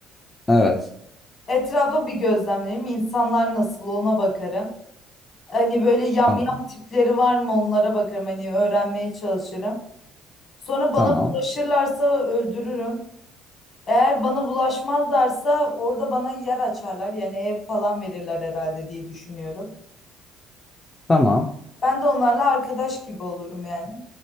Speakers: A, on the left (about 25°); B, on the left (about 50°).
A: Evet.
B: Etrafa bir gözlemleyeyim. İnsanlar nasıl ona bakarım. Hani böyle yamyam
A: Tamam.
B: tipleri var mı onlara bakarım. Hani öğrenmeye çalışırım. Sonra
A: Tamam.
B: bana bulaşırlarsa öldürürüm. Eğer bana bulaşmazlarsa orada bana yer açarlar. Yani ev falan verirler herhalde diye düşünüyorum.
A: Tamam.
B: Ben de onlarla arkadaş gibi olurum yani.